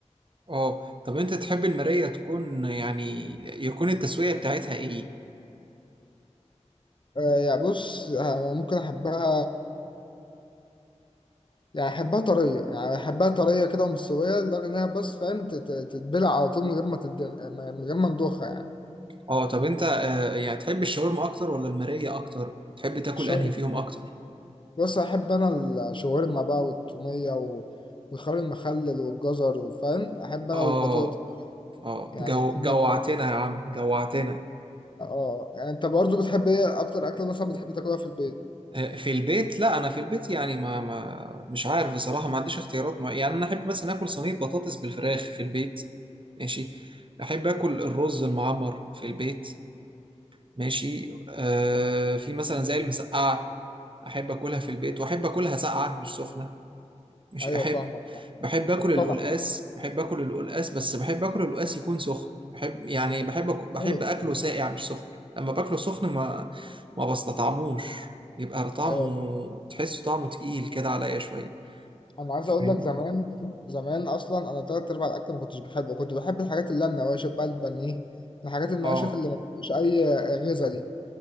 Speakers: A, on the right; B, on the left.
A: اه طب انت تحب المراية تكون يعني يكون التسوية بتاعتها ايه؟
B: آه، يعني بص آه، ممكن أحبها يعني أحبها طرية يعني أحبها طرية كده ومستوية لدرجة إنها بس فاهم تت- تتبلع على طول من غير ما تدن من غير ما ندوخها يعني
A: اه طب انت آه يعني تحب الشاورما اكتر ولا المراية اكتر؟ تحب تاكل
B: الشاورما
A: انهي فيهم اكتر؟
B: بص احب انا الشاورما بقى والطوميه و- والخيار المخلل والجزر وفاهم احب انا
A: اه
B: والبطاطا
A: اه
B: يعني
A: جو
B: احب
A: جوعتنا
B: اكل أكل.
A: يا عم جوعتنا
B: اه يعني انت برضو بتحب ايه اكتر اكله مثلا بتحب تاكلها في البيت
A: آه، في البيت لا انا في البيت يعني ما ما مش عارف بصراحة ما عنديش اختيارات مع... يعني انا احب مثلا اكل صينية بطاطس بالفراخ في البيت ماشي احب اكل الرز المعمر في البيت ماشي آه في مثلا زي المسقعة احب اكلها في البيت واحب اكلها ساقعه مش سخنه مش
B: ايوه
A: احب
B: فاهمك فاهم.
A: بحب اكل القلقاس
B: طبعا
A: بحب اكل القلقاس بس بحب اكل القلقاس يكون سخن بحب يعني بحب أك- بحب
B: ايوه
A: اكله
B: طبعا
A: ساقع مش سخن لما باكله سخن ما ما بستطعموش يبقى طعمه
B: ايوه فاهم.
A: تحسه طعمه تقيل كده عليا شويه
B: انا عايز
A: فاهمني
B: اقول لك زمان زمان اصلا انا تلات ارباع الاكل ما كنتش بحبه كنت بحب الحاجات اللي هي النواشف بقى البانيه الحاجات النواشف
A: اه
B: اللي ما فيش اي غذاء